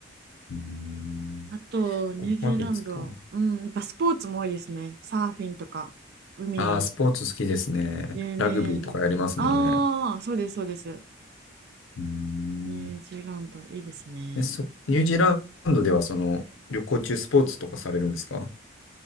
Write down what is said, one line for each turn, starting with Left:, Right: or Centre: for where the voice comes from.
Left: うーん。
Right: あと、ニュージーランド、
Left: 5ヶ月か。
Right: うん、やっぱスポーツも多いですね。サーフィンとか、海、
Left: ああ、スポーツ好きですね。
Right: 有名なんで。
Left: ラグビーとかやりますもんね。
Right: ああ、そうです、そうです。
Left: うーん。
Right: ニュージーランド、いいですね。
Left: え、そ、ニュージーランドではその、旅行中スポーツとかされるんですか